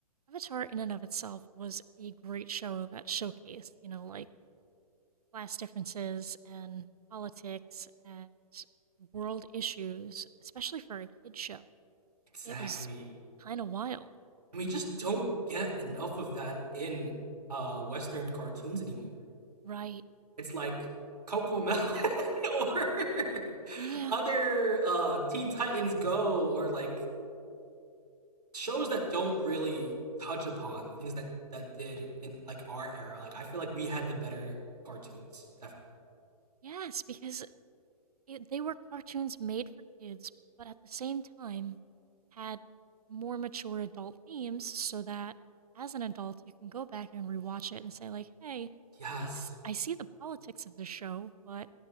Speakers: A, on the right; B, on the right.
A: Avatar in and of itself was a great show that showcased, you know, like class differences and politics and world issues, especially for a kid show.
B: Exactly.
A: It was kind of wild,
B: And we just don't get enough of that in uh western cartoons anymore.
A: right?
B: It's like Coco Melon <laughs> or <laughs>
A: Yeah.
B: other uh Teen Titans Go or like shows that don't really touch upon things that that did in like our era. Like I feel like we had the better cartoons, definitely.
A: Yes, because It they were cartoons made for kids, but at the same time had more mature adult themes so that as an adult you can go back and rewatch it and say like, "Hey,
B: Yes,
A: I, s- I see the politics of the show, but